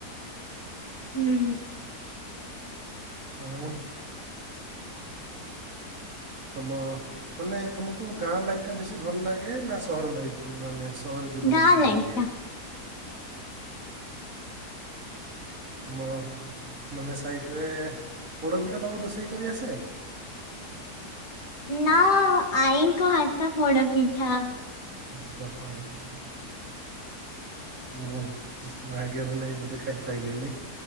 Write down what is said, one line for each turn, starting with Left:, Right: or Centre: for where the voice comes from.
Left: ଉଁ।
Right: ଆଉ। ତମ ମାନେ ତମକୁ ଗାଁ ଲାଇଫ ଟା ବେଶୀ ଭଲ ଲାଗେ ନା ସହର ଲାଇଫ ମାନେ ଅସ୍ ସହର ଜୀବନ
Left: ଗାଁ
Right: ବେଶୀ
Left: ଲାଇଫ
Right: ଭଲ ଲାଗେ।
Left: ଟା
Right: ତୁମ ମାନେ ସାଇଟ୍ରେ ପୋଡ଼ପିଠା ତୁମକୁ ରୋଷେଇ କରି ଆସେ?
Left: ନା ଆଈଙ୍କ ହାତ ପୋଡ ପିଠା।
Right: ଉପ କଉ <unintelligible> ମୁଁ ଜ ଭାଗ୍ୟରେ ନାହିଁ ବୋଧେ ଖାଇପାଇଲିନି।